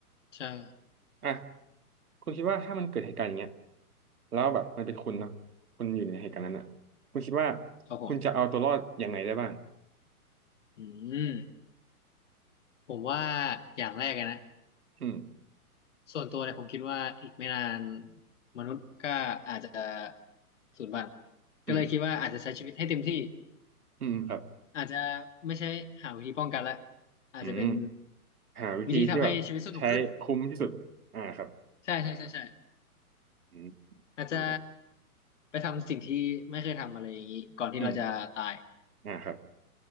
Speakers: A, on the left; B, on the right.
A: ใช่
B: อ่ะคุณคิดว่าถ้ามันเกิดเหตุการณ์อย่างเงี้ยแล้วแบบมันเป็นคุณเนาะคุณอยู่ในเหตุการณ์นั้นอ่ะคุณคิดว่า
A: ครับผม
B: คุณจะเอาตัวรอดยังไงได้บ้าง
A: อืมผมว่าอย่างแรกเลยนะ
B: อืม
A: ส่วนตัวเนี่ยผมคิดว่าอีกไม่นานมนุษย์ก็อาจจะสูญพันธุ์
B: อืม
A: ก็เลยคิดว่าอาจจะใช้ชีวิตให้เต็มที่
B: อืมครับ
A: อาจจะไม่ใช่หาวิธีป้องกันละอาจจะเป็น
B: อืมหาวิธีที่แบบใช้คุ้มที่สุดอ่าครับ
A: วิธีทำให้ชีวิตสนุกขึ้นใช่ใช่ใช่ใช่
B: อืม
A: อาจจะ
B: ครับผม
A: ไปทำสิ่งที่ไม่เคยทำอะไรอย่างนี้ก่อนที่เราจะตาย
B: อืมอ่าครับ